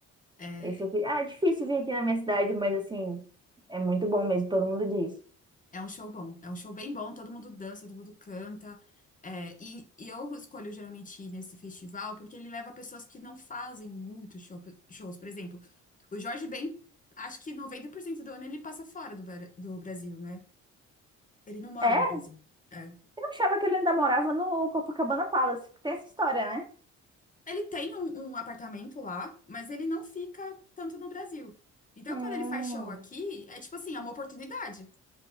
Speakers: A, on the left (about 25°); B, on the right (about 15°).
A: É,
B: Esse eu queria... Ah, é difícil vir aqui na minha cidade, mas assim, é muito bom mesmo, todo mundo diz.
A: É um show bom, é um show bem bom, todo mundo dança, todo mundo canta. É, e, e eu escolho geralmente ir nesse festival porque ele leva pessoas que não fazem muito show- shows. Por exemplo, o Jorge Ben, acho que 90% do ano ele passa fora do, Bra- do Brasil, né? Ele não mora
B: É?
A: no Brasil. É.
B: achava que ele ainda morava no Copacabana Palace. Tem essa história, né?
A: Ele tem um, um apartamento lá, mas ele não fica tanto no Brasil. Então,
B: Hum,
A: quando ele faz show aqui, é tipo assim, é uma oportunidade.